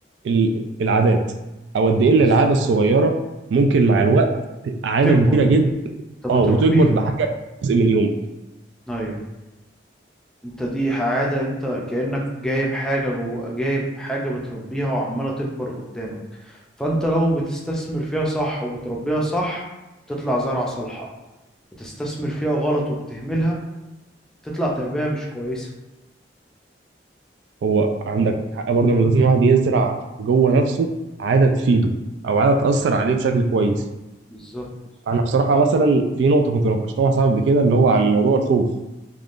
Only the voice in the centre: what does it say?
بالظبط
تكبر
انت
بتربيها
أيوه انت دي عادة انت كأنك جايب حاجة جوه جايب حاجة بتربيها وعمالة تكبر قدامك فانت لو بتستثمر فيها صح وبتربيها صح تطلع زرعة صالحة بتستثمر فيها غلط وبتهملها تطلع تربية مش كويسة
بالظبط
بالظبط